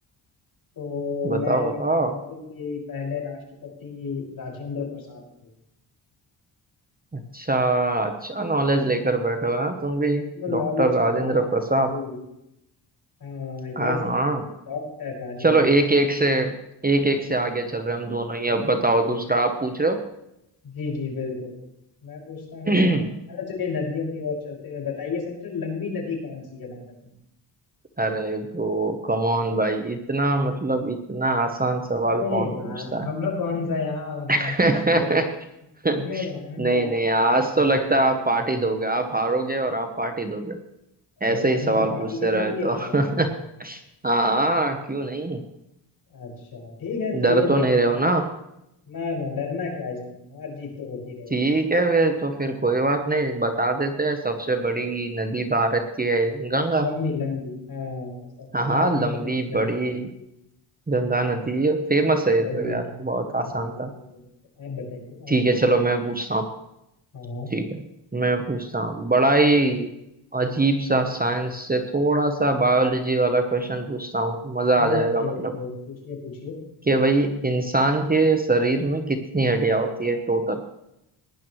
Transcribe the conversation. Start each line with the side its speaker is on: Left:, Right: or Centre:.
Left: तो
Right: बताओ
Left: मैं
Right: बताओ
Left: आपको बता दूं कि पहले राष्ट्रपति राजेंद्र प्रसाद थे
Right: अच्छा अच्छा नॉलेज लेकर बैठे हो ना तुम भी
Left: मैं नॉलेज
Right: डॉक्टर
Left: की
Right: राजेंद्र
Left: क्या बात
Right: प्रसाद
Left: है भाई हाँ ये
Right: हाँ
Left: सही
Right: हाँ
Left: कहा आपने डॉक्टर राजेंद्र
Right: चलो एक
Left: प्रसाद
Right: एक से एक एक से आगे चल रहे हैं हम दोनों ही
Left: चलिए
Right: अब बताओ
Left: चलिए
Right: दूसरा आप पूछ रहे
Left: जी जी बिल्कुल मैं पूछता हूँ
Right: हो <clears throat>
Left: अच्छा चलिए नदियों की ओर चलते हुए बताइए सबसे लंबी नदी कौन सी है भारत में
Right: अरे ब्रो कम ऑन भाई इतना मतलब इतना आसान सवाल
Left: अरे
Right: कौन
Left: यार
Right: पूछता है
Left: हम लोग कौन सा यहाँ हाँ, हाँ,
Right: <laughs>
Left: कुछ हम लोग आराम
Right: नहीं
Left: आराम
Right: नहीं
Left: से पूछा
Right: आज
Left: पूछी
Right: तो लगता
Left: करिए
Right: है आप पार्टी दोगे आप हारोगे और आप पार्टी दोगे
Left: अरे
Right: ऐसे
Left: हारने
Right: ही सवाल
Left: में पार्टी
Right: पूछते
Left: देना
Right: रहे
Left: भी है
Right: तो
Left: क्या बाप
Right: <laughs>
Left: रे
Right: हाँ हाँ क्यों नहीं
Left: अच्छा ठीक है चलिए
Right: डर तो
Left: देखते
Right: नहीं रहे
Left: हैं
Right: हो ना
Left: ना ना डरना क्या इसमें हार जीत तो होती रहेगी
Right: ठीक है वे तो फिर कोई बात नहीं बता देते हैं सबसे बड़ी नदी भारत की है गंगा
Left: लंबी लंबी हाँ सबसे
Right: हाँ हाँ
Left: लंबी
Right: लंबी
Left: नदी तो गंगा
Right: बड़ी
Left: है
Right: गंगा नदी फेमस है ये
Left: चलिए
Right: तो यार बहुत आसान
Left: हाँ ओके,
Right: था
Left: ओके। आप बताइए
Right: ठीक
Left: आप पूछिए
Right: है चलो मैं पूछता हूँ
Left: हाँ
Right: ठीक है मैं पूछता हूँ बड़ा ही अजीब
Left: हाँ
Right: सा साइंस से थोड़ा सा बायोलॉजी वाला क्वेश्चन पूछता हूँ मजा आ जाएगा
Left: ओके
Right: मतलब
Left: ओके पूछिए पूछिए
Right: कि भाई इंसान के शरीर में कितनी हड्डियां होती है टोटल